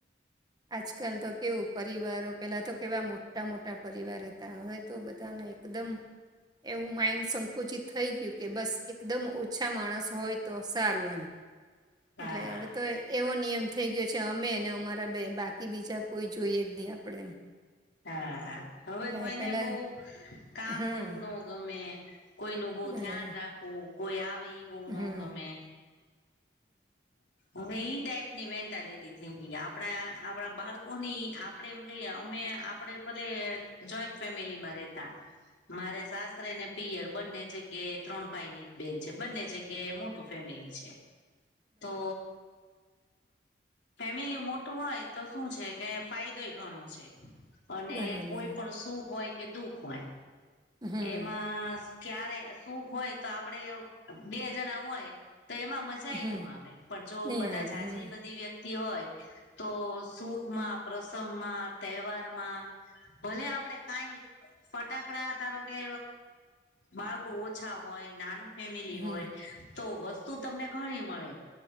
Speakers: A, on the right; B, on the left.
A: આજકાલ તો કેવું પરિવારો પેલા તો કેવા મો મોટા મોટા પરિવાર હતા હવે તો બધાને એકદમ એવું માઇન્ડ સંકુચિત થઈ ગયું કે બસ એકદમ ઓછા માણસ હોય તો સારું એમ
B: હા
A: એટલે હવે તો એવો નિયમ થઈ ગયો છે અમે અને અમારા બે બાકી બીજા કોઈ જોઈએ જ નઈ આપણે એમ
B: હા હવે
A: એટલે
B: કોઈને
A: પેલા
B: બોવ કામ
A: હમ
B: કરવું ન ગમે કોઈનું બોવ
A: બરાબર
B: ધ્યાન રાખવું કોઈ આવે એ બોવ
A: હમ
B: ન ગમે હવે ઈ ટાઈપની મેન્ટાલિટી થઈ ગઈ આપણે આપણા બા કોની આપડે એમ કહીએ અમે આપડે ભલે જોઈન્ટ ફેમિલીમાં રેતા મારે સાસરે ને પિયર બંને જગ્યાએ ત્રણ ભાઈ નીએક બેન છે બંને જગ્યાએ મોટું ફેમિલી છે. તો ફેમિલી મોટું હોય તો શું છે કે ફાયદોય ઘણો છે અને
A: બરાબર
B: કોઈ પણ સુખ હોય કે દુખ હોય
A: હમ હમ
B: એમાં
A: બરાબર હમ
B: ક્યારે સુખ હોય તો આપણે બે જણા હોય તો એમાં મજાઈ
A: બરાબર હમ હમ
B: ન આવે. પણ જો
A: નહી
B: બધા
A: આવે
B: જાઝી
A: હમ
B: બધી વ્યક્તિ હોય તો સુખમાં પ્રસંગમાં તહેવારમાં ભલે આપડે કાંઈ ફટાકડા ધારો કે બાળકો ઓછા હોય નાનું ફેમિલી
A: હમ
B: હોય તો વસ્તુ તમને ઘણી મળે.